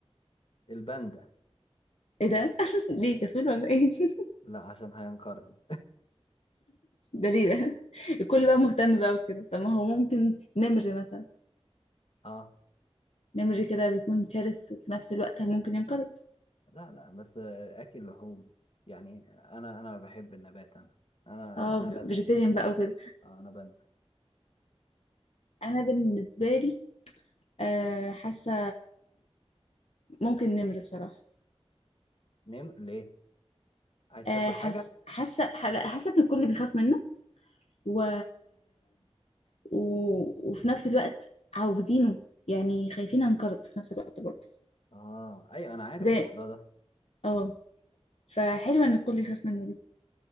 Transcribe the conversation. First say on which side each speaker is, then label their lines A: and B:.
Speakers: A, on the left; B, on the left.
A: الباندا
B: ايه ده؟ <laughs> ليه كسول ولا ايه؟ <laughs>
A: لا عشان هينقرض
B: ده ليه ده؟ الكل بقى مهتم بقى وكده طب ما هو ممكن نمر مثلا
A: <laughs> اه
B: نمر كده بيكون شرس وفي نفس الوقت ممكن ينقرض
A: لا لا بس اكل لحوم يعني انا انا بحب النبات انا انا
B: اه
A: انا
B: فيجيتيريان
A: باندا
B: بقى وكده
A: آه انا باندا
B: انا بالنسبة لي أه حاسة ممكن نمر بصراحة
A: نم ليه عايز
B: أه
A: تاكل
B: حاسة
A: حاجه
B: حاسة ح- لا، حاسة ان الكل بيخاف منه و و... وفي نفس الوقت عاوزينه يعني خايفين انقرض في نفس الوقت برضه
A: اه ايوه انا عارف
B: زي
A: الموضوع ده
B: اه فحلوة ان الكل يخاف منه دي